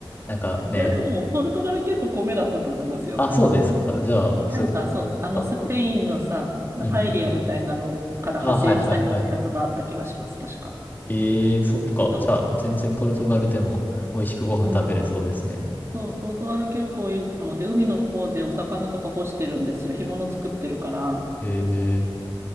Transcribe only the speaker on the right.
いや、でも、ポルトガル結構米だったと思いますよ。
なんかそう、
あのスペインのさ、なパエリアみたいなのから派生したようなやつがあった気がします、
確か。
そ
う。うん。そう、ポルトガル結構いいかも。で、海の方でお魚とか干してるんですよ。干物作ってるから、